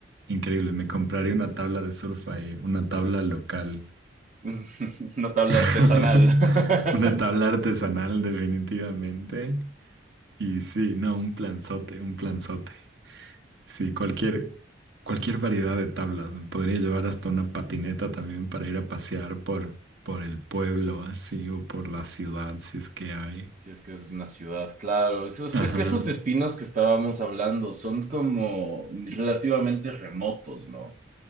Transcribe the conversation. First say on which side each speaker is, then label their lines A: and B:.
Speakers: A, on the right (about 65°); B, on the right (about 40°).
A: increíble, me compraría una tabla de surf ahí, una tabla local,
B: <laughs> Una tabla
A: <laughs>
B: artesanal. <laughs>
A: una tabla artesanal definitivamente. Y sí, no, un planzote, un planzote. Sí, cualquier, cualquier variedad de tablas. Me podría llevar hasta una patineta también para ir a pasear por, por el pueblo así o por la ciudad, si es que hay.
B: Sí, es que es una ciudad, claro. Esos-
A: Ajá.
B: es que esos destinos que estábamos hablando son como relativamente remotos, ¿no?